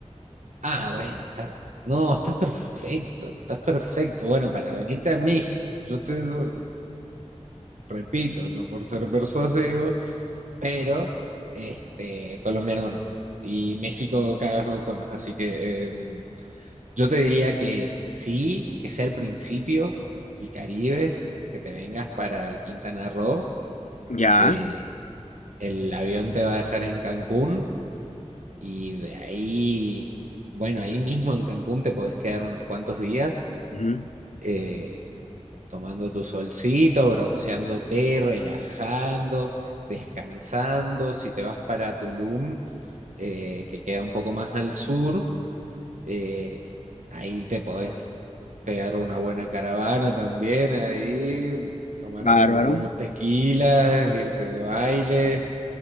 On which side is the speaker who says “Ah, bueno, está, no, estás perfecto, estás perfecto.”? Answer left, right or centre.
Right